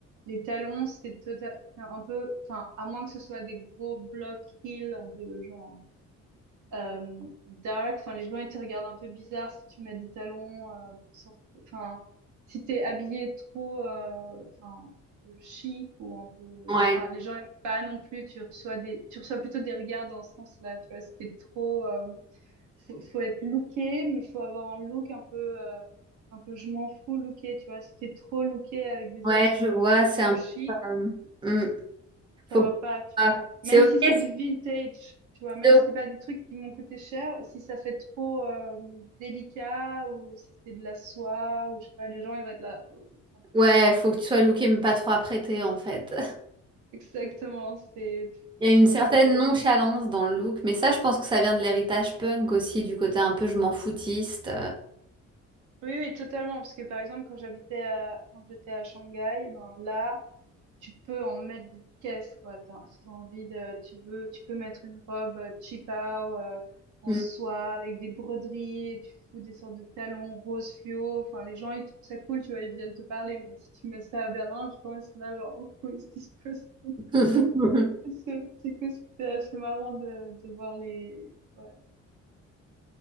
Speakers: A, on the right (about 75°); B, on the right (about 15°).
A: les talons, c'était tota- enfin, un peu, enfin, à moins que ce soit des gros blocs heels, un peu genre euh, dark. Enfin, les gens, ils te regardent un peu bizarre si tu mets des talons euh, pour sortir. Enfin, si t'es habillé trop, euh, enfin, un peu chic ou un peu.
B: ouais,
A: Enfin, les gens aiment pas non plus. Tu reçois des, tu reçois plutôt des regards dans ce sens-là. Tu vois, si t'es trop, euh, faut, faut être looké, mais faut avoir un look un peu, euh, un peu je m'en fous looké. Tu vois, si t'es trop looké avec des
B: ouais,
A: habits
B: je vois. C'est un
A: trop chics
B: peu. euh, hmm. Faut
A: ça va
B: que-
A: pas, tu
B: ah,
A: vois.
B: c'est
A: Même
B: ok.
A: si c'est
B: si
A: du vintage, tu vois, même
B: t'es au-
A: si c'est pas des trucs qui m'ont coûté cher, si ça fait trop euh, délicat ou si c'est de la soie ou je sais pas, les gens ils vont être là. Euh, enfin, tu
B: Ouais,
A: vois.
B: faut que tu sois looké, mais pas trop apprêté, en fait.
A: Exactement, c'est
B: Il y a une
A: donc
B: certaine
A: euh,
B: nonchalance dans le look, mais ça, je pense que ça vient de l'héritage punk aussi, du côté un peu je m'en foutiste.
A: oui oui totalement parce que par exemple quand j'habitais à quand j'étais à Shanghai, ben là tu peux en mettre des caisses, quoi. T'as- si t'as envie de, tu veux, tu peux mettre une robe euh, cheapao euh, en
B: Mm.
A: soie avec des broderies et tu fous des sortes de talons roses fluo. Enfin, les gens, ils trouvent ça cool, tu vois, ils viennent te parler. Mais si tu mets ça à Berlin, je pense, ils sont là, genre, <laughs> who is this person? <laughs>
B: <laughs>
A: C'est c'est cool, c'est assez marrant de, de voir les, ouais.